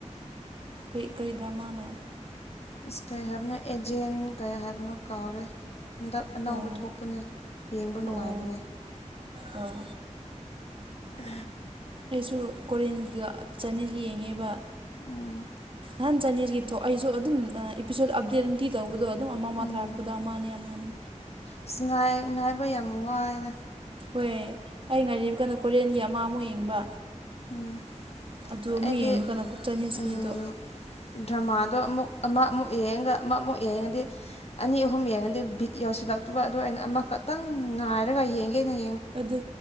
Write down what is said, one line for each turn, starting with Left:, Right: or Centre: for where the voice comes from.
Right: ꯀꯔꯤ ꯀꯔꯤ ꯗ꯭ꯔꯃꯥꯅꫭ
Left: ꯑꯁ ꯀꯩ ꯍꯥꯏꯕꯅꯣ ꯑꯦꯖꯦꯟ ꯀꯩ ꯍꯥꯏꯕꯅꯣ ꯀꯥꯎꯔꯦ ꯍꯟꯗꯛ ꯑꯅꯧꯕ
Right: ꯑꯣ
Left: ꯊꯣꯛꯄꯅꯦ ꯌꯦꯡꯕ ꯅꯨꯡꯉꯥꯏꯕꯅꯦ
Right: ꯑꯣ ꯑꯣ
Left: ꯑ
Right: ꯑꯩꯁꯨ ꯀꯣꯔꯤꯌꯟꯒꯤꯒ ꯆꯥꯏꯅꯤꯖꯒ ꯌꯦꯡꯉꯦꯕ
Left: ꯎꯝ
Right: ꯅꯍꯥꯟ ꯆꯥꯏꯅꯤꯖꯀꯤ ꯊꯣꯛ ꯑꯩꯁꯨ ꯑꯗꯨꯝ ꯑꯦꯄꯤꯁꯣꯠ ꯑꯞꯗꯦꯠ ꯅꯨꯡꯇꯤꯒꯤ ꯇꯧꯕꯗꯣ ꯑꯗꯨꯝ ꯑꯃ ꯑꯃ
Left: ꯎꯝ
Right: ꯊꯥꯔꯛꯄꯗ ꯑꯃ ꯑꯅꯤ ꯑꯃ ꯑꯅꯤ
Left: ꯑꯁ ꯉꯥꯏ-ꯉꯥꯏꯕ ꯌꯥꯝ ꯋꯥꯏꯗ
Right: ꯍꯣꯏ ꯑꯩ ꯉꯥꯏꯔꯤꯕꯀꯥꯟꯗ ꯀꯣꯔꯤꯌꯥꯟꯒꯤ ꯑꯃ ꯑꯃꯨꯛ ꯌꯦꯡꯕ
Left: ꯎꯝ
Right: ꯑꯗꯨ ꯑꯃꯨꯛ
Left: ꯑꯩꯗꯤ
Right: ꯌꯦꯡꯕ ꯀꯥꯟꯗ ꯆꯥꯏꯅꯤꯁꯀꯤꯗꯣ
Left: ꯎꯝ ꯗ꯭ꯔꯃꯥꯗꯣ ꯑꯃꯨꯛ ꯑꯃ ꯑꯃꯨꯛ ꯌꯦꯡꯉꯒ ꯑꯃ ꯑꯃꯨꯛ ꯌꯦꯡꯉꯗꯤ ꯑꯅꯤ ꯑꯍꯨꯝ ꯌꯦꯡꯉꯗꯤ ꯕꯤꯠ ꯌꯧꯁꯤꯜꯂꯛꯇꯕ ꯑꯗꯨꯗ ꯑꯩꯅ ꯑꯃꯈꯛꯇꯪ ꯉꯥꯏꯔꯒ ꯌꯦꯡꯒꯦꯅꯡ
Right: ꯑꯗꯨ